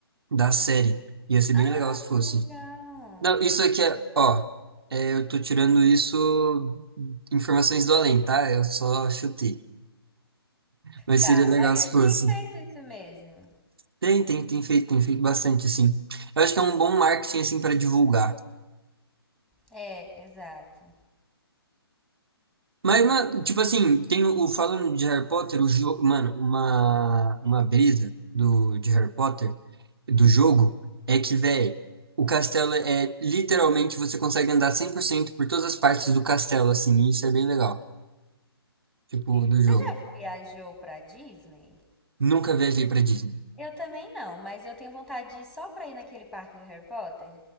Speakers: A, on the right; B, in the centre.
A: da série. Ia ser
B: Ah,
A: bem legal se fosse.
B: que legal.
A: Não, isso aqui é, ó, é, eu tô tirando isso informações do além, tá? Eu só chutei. Mas
B: Tá,
A: seria legal
B: mas
A: se
B: eles
A: fosse.
B: têm feito isso mesmo.
A: Tem, tem, tem feito, tem feito bastante, assim. Eu acho que é um bom marketing, assim, para divulgar.
B: É, exato.
A: Mas, mano, tipo assim, tem o, o- falando de Harry Potter, o jogo, mano, uma, uma brisa do, de Harry Potter, do jogo, é que, velho, o castelo é, literalmente, você consegue andar 100% por cento por todas as partes do castelo, assim, e isso é bem legal, tipo, do
B: Você
A: jogo.
B: já viajou pra Disney?
A: Nunca viajei pra Disney.
B: Eu também não, mas eu tenho vontade de ir só pra ir naquele parque do Harry Potter.